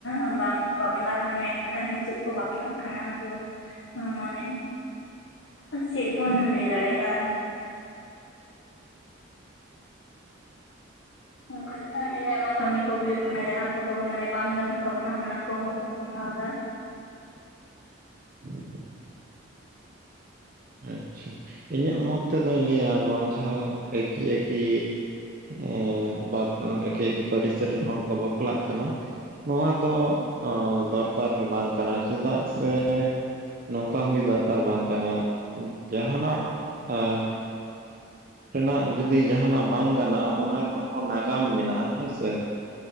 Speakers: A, on the left; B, on the right.
A: ᱮ ᱵᱟᱝ ᱠᱚ ᱵᱟᱯᱞᱟᱜᱼᱟ ᱢᱮᱱ ᱠᱷᱟᱱ ᱦᱤᱛᱚᱜ ᱠᱚ ᱵᱟᱯᱞᱟᱜ ᱠᱟᱱᱟ, ᱟᱫᱚ ᱚ ᱢᱟᱱᱮ ᱪᱮᱫ ᱵᱚᱱ ᱞᱟᱹᱭ ᱫᱟᱲᱮᱭᱟᱜᱼᱟ? ᱚᱱᱠᱟ ᱜᱮ ᱟᱹᱰᱤ ᱟᱭᱢᱟ ᱠᱟᱹᱢᱤ ᱠᱚ ᱦᱩᱭᱩᱜ ᱠᱟᱱᱟ, ᱡᱟᱦᱟᱸ ᱠᱚᱫᱚ ᱢᱟᱱᱮ ᱵᱟᱝ ᱜᱟᱱᱚᱜ ᱛᱟᱵᱚᱱᱟ ᱚᱱᱟ᱾ ᱠᱚᱦᱚᱸ ᱠᱚ ᱠᱚᱨᱟᱣ ᱫᱟ᱾
B: <inaudible> ᱟᱪᱪᱷᱟ ᱤᱧᱟᱹᱜ ᱢᱚᱛ ᱛᱮᱫᱚᱭ ᱞᱟᱹᱭᱟ ᱱᱚᱣᱟ ᱡᱟᱦᱟᱸ ᱮᱠᱤ ᱮᱠᱤ ᱮᱸ ᱵᱟᱯ ᱮᱠᱮ ᱮᱠᱮ ᱯᱟᱹᱨᱤᱥ ᱨᱮᱱ ᱦᱚᱲ ᱠᱚ ᱵᱟᱯᱞᱟᱜ ᱠᱟᱱᱟ᱾ ᱱᱚᱣᱟ ᱫᱚ ᱫᱚᱨᱠᱟᱨ ᱵᱟᱝ ᱠᱟᱱᱟ ᱪᱮᱫᱟᱜ ᱥᱮ ᱱᱚᱝᱠᱟ ᱦᱩᱭ ᱫᱚᱨᱠᱟᱨ ᱵᱟᱝ ᱠᱟᱱᱟ, ᱡᱟᱸᱦᱟᱱᱟᱜ ᱮᱸ ᱨᱮᱱᱟᱜ ᱡᱩᱫᱤ ᱡᱟᱸᱦᱟᱱᱟᱜ ᱵᱟᱝ ᱜᱟᱱᱚᱜ-ᱟ ᱚᱱᱟ ᱨᱮᱱᱟᱜ ᱦᱚᱸ ᱱᱟᱜᱟᱢ ᱢᱮᱱᱟᱜ-ᱟ ᱦᱮᱸ ᱥᱮ᱾